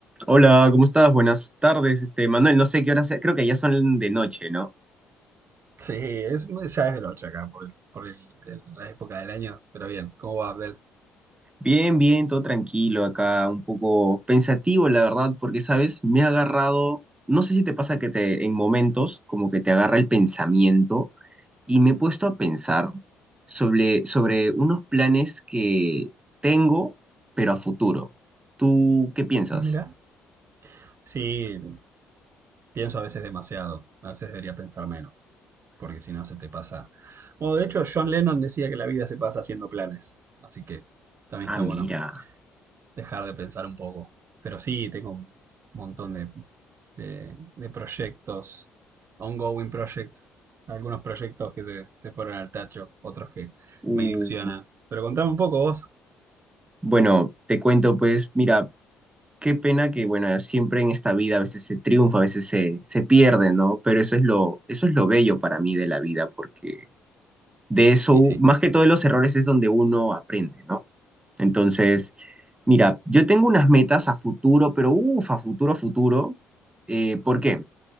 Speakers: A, on the right (about 20°); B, on the right (about 45°).
A: Hola, ¿cómo estás? Buenas tardes, este Manuel. No sé qué hora sea, creo que ya son de noche, ¿no?
B: Sí, es, ya es del 8 acá, por, el- por el- el- la época del año. Pero bien, ¿cómo va Abdel?
A: Bien, bien, todo tranquilo acá, un poco pensativo, la verdad, porque, ¿sabes? Me ha agarrado, no sé si te pasa que te, en momentos, como que te agarra el pensamiento y me he puesto a pensar sobre, sobre unos planes que tengo, pero a futuro. ¿Tú qué piensas?
B: Mira. Sí, pienso a veces demasiado. A veces debería pensar menos, porque si no se te pasa. Bueno, de hecho, John Lennon decía que la vida se pasa haciendo planes, así que también
A: Ah,
B: está
A: mira.
B: bueno dejar de pensar un poco. Pero sí, tengo un montón de, de- de proyectos, ongoing projects, algunos proyectos que se, se fueron al tacho, otros que
A: Uh,
B: me ilusionan. Pero contame un poco vos,
A: bueno, te cuento, pues, mira. qué pena que, bueno, siempre en esta vida a veces se triunfa, a veces se, se pierde, ¿no? Pero eso es lo, eso es lo bello para mí de la vida, porque de eso,
B: Y sí.
A: más que todo de los errores es donde uno aprende, ¿no? Entonces, mira, yo tengo unas metas a futuro, pero uff, a futuro, a futuro. Eh, ¿por qué?